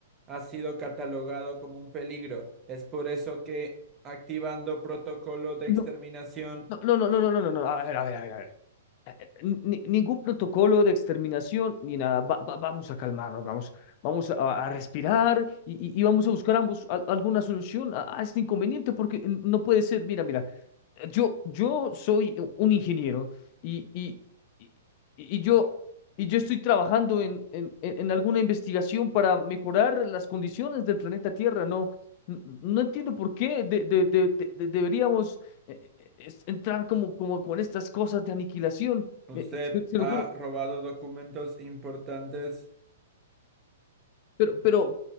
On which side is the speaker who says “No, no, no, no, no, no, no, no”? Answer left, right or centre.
Left